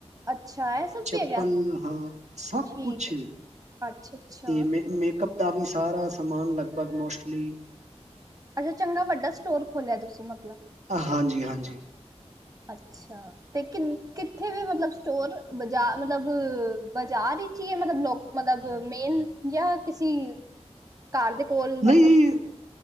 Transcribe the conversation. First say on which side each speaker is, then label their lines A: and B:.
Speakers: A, on the right; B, on the right.
A: ਅੱਛਾ ਇਹ ਸਭ
B: ਚੱਪਲ
A: ਵੀ ਹੈਗਾ
B: ਹਾਂ, ਸਭ
A: ਠੀਕ
B: ਕੁਛ
A: ਹੈ
B: ਤੇ
A: ਅੱਛਾ ਅੱਛਾ
B: ਮੈਂ, ਮੈਂ ਕਪ ਦਾ ਵੀ ਸਾਰਾ ਸਮਾਨ ਲਗਭਗ ਮੋਸਟਲੀ
A: ਅੱਛਾ ਚੰਗਾ ਵੱਡਾ ਸਟੋਰ ਖੋਲਿਆ ਤੁਸੀਂ ਮਤਲਬ।
B: ਹਾਂਜੀ, ਹਾਂਜੀ।
A: ਅੱਛਾ। ਤੇ ਕਿਦ ਕਿੱਥੇ ਵੀ ਮਤਲਬ ਸਟੋਰ, ਬਾਜਾਰ ਮਤਲਬ, ਬਾਜ਼ਾਰ ਵਿਚ ਹੀ ਐ? ਮਤਲਬ ਲੋਕ ਮਤਲਬ ਮੇਨ ਯਾਂ ਕਿਸੀ
B: <inaudible>
A: ਘਰ ਦੇ ਕੋਲ
B: ਨਹੀਂ
A: ਮਤਲਬ ਤੁਸੀਂ।